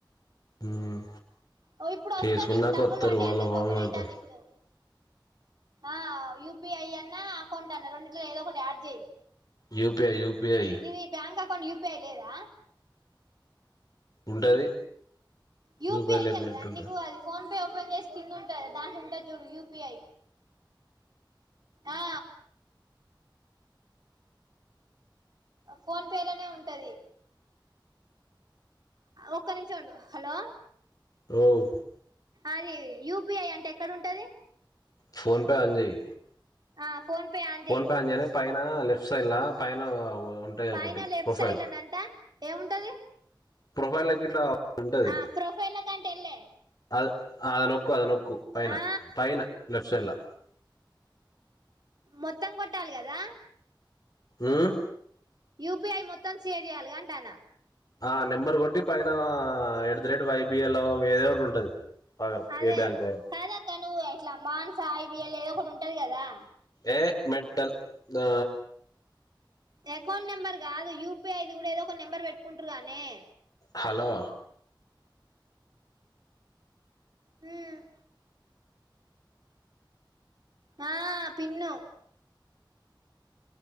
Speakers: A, on the left; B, on the right.
A: మ్మ్
B: ఓ ఇప్పుడు వస్తంది
A: చేసుకున్నాక
B: ఇప్పుడు డబ్బులు
A: వత్తరు
B: పడ్డే
A: వాళ్ళ
B: అందరికి
A: ఫోన్
B: ఓపెన్
A: పడతాం
B: అయితంది ఇప్పుడు ఆ యూపిఐ అన్నా అకౌంట్ అన్నా రెంట్లో ఏదో ఒకటి యాడ్ చేయి
A: యూపిఐ యూపిఐ
B: నిది ఈ బ్యాంక్ అకౌంట్ యయుపిఐ లేదా
A: ఉంటది
B: యూపీఐ
A: యూపిఐ లేకుండా
B: తెలవదానే
A: ఎట్లుంటది
B: నీకు అది ఫోన్ ఓపెన్ చేసి కింద ఉంటుంది దాంట్ ఉంటుంది చూడు యూపిఐ ఆ ఫోన్ పే లనే ఉంటది ఒక్క నిమిషం ఉండు హలో
A: రోవు
B: అది యూపిఐ అంటే ఎక్కడంటది
A: ఫోన్ పే ఆన్ చెయ్
B: ఆ ఫోన్ పే
A: ఫోన్
B: చేయి
A: పే ఆన్ చేయగానే పైన లెఫ్ట్ సైడ్ ల పైన ఉంటాయి
B: పైన
A: ఒకటి
B: లెఫ్ట్
A: ప్రొఫైల్
B: సైడ్ లంట ఏముంటది
A: ప్రొఫైల్ గిట్ల ఉంటది
B: ఆ ప్రొఫైల్ కంటే వెళ్ళే
A: అది అది నొక్కు అది నొక్కు పైన
B: ఆ
A: పైన లెఫ్ట్ సైడ్లా
B: మొత్తం కొట్టాలి గదా
A: ఉమ్
B: యూపీఐ మొత్తం షేర్ చేయాలి కదా అంటన్నా
A: ఆ నెంబర్ కొట్టి పైన ఎడ్ ద రేట్ వైబిఎల్ మీదో ఒకటి ఉంటది పగల
B: అదే
A: ఏ బ్యాంకో
B: కాదక్క నువ్వు అట్లా మానస ఐబీఎల్ ఏదో ఒకటి ఉంటది కదా
A: ఏ మెంటల్ ఆ
B: అకౌంట్ నెంబర్ కాదు యూపిఐ ఇది కూడా ఏదో ఒక నెంబర్ పెట్టుకుంటుారు కాదనే
A: హలో
B: హ్మ్ ఆ పిన్ను